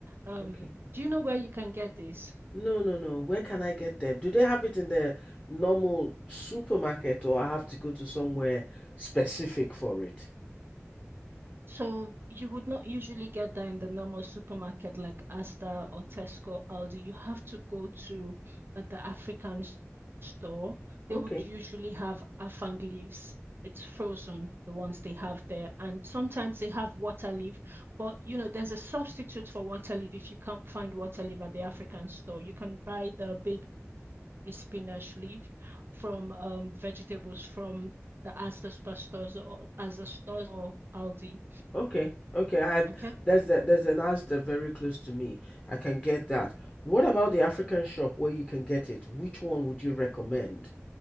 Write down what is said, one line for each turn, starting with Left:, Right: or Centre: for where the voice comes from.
Right: Um,
Left: okay.
Right: do you know where you can get this?
Left: No, no, no. Where can I get them? Do they have it in the normal supermarket, or I have to go to somewhere specific for it?
Right: So you would not usually get that in the normal supermarket like Asda or Tesco, Aldi. You have to go to uh, the African s- store. They
Left: Okay.
Right: would usually have afang leaves. It's frozen, the ones they have there. And sometimes they have water leaf, but you know, there's a substitute for water leaf if you can't find water leaf at the African store. You can buy the baby spinach leaf from um, vegetables from the Asda stores or Asda stores or Aldi.
Left: Okay. Okay. I
Right: Okay.
Left: there's a, there's an Asda very close to me. I can get that. What about the African shop where you can get it? Which one would you recommend